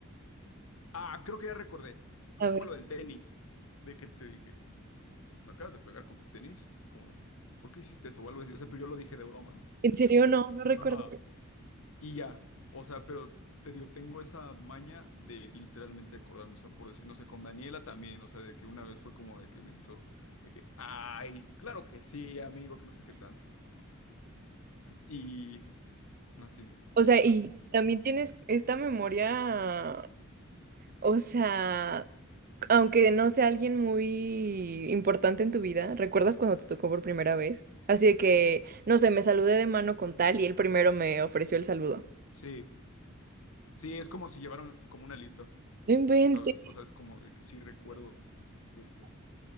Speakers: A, on the left; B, on the right.
A: Ah, creo que ya recordé, creo
B: A
A: que
B: ver.
A: fue lo del tenis, de que te dije. me acabas de pegar con tu tenis, como de, ¿por qué hiciste eso? O algo así, o sea, pero yo lo dije de broma, ¿no?
B: En serio, no, no recuerdo.
A: Ajá. Y ya, o sea, pero te digo, tengo esa maña de literalmente acordarme, o sea, por decir, no sé, con Daniela también, o sea, de que una vez fue como de que me hizo, de que, ay, claro que sí, amigo, que no sé qué tanto. Y así,
B: O sea,
A: o
B: y
A: sea, es-
B: también tienes esta memoria, o sea, aunque no sea alguien muy importante en tu vida, ¿recuerdas cuando te tocó por primera vez? Así de que, no sé, me saludé de mano con tal y él primero me ofreció el saludo.
A: sí, sí, es como si llevaran como una lista,
B: No inventes.
A: ¿sabes? O sea, es como de que sí recuerdo esto.